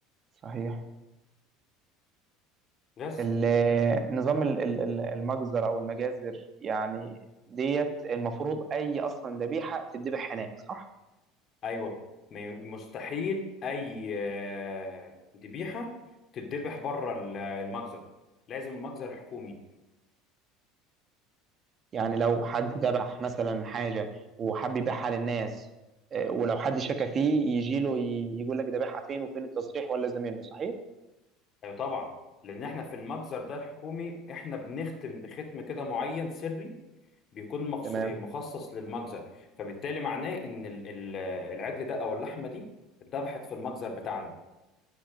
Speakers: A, on the right; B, on the left.
A: صحيح
B: بس
A: ال- نظام ال- ال- ال- المجزر او المجازر يعني ديت المفروض اي اصلا ذبيحه تتذبح هناك صح
B: ايوه ما ي- مستحيل اي آه، ذبيحه تتذبح بره ال- المجزر لازم المجزر الحكومي
A: يعني لو حد ذبح مثلا حاجه وحب يبيعها للناس آه، ولو حد شك فيه يجي له يقول لك ذبحها فين وفين التصريح ولا زميله صحيح
B: ايوه طبعا لان احنا في المجزر ده الحكومي احنا بنختم بختم كده معين سري بيكون مخص-
A: تمام
B: مخصص للمجزر فبالتالي معناه ان ال- ال- العجل ده او اللحمه دي اتذبحت في المجزر بتاعنا